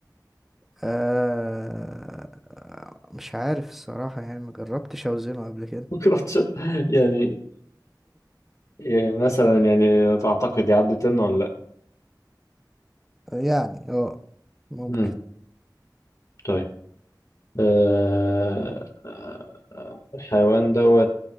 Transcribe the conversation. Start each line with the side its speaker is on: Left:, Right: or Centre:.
Centre: آه، مش عارف الصراحه يعني ما جربتش اوزنه قبل كده
Left: ما أعرفش. يعني يعني مثلا يعني تعتقد يعدي طن ولا لأ؟
Centre: <laughs> يعني اه ممكن
Left: مم. طيب آه، آه، الحيوان دوت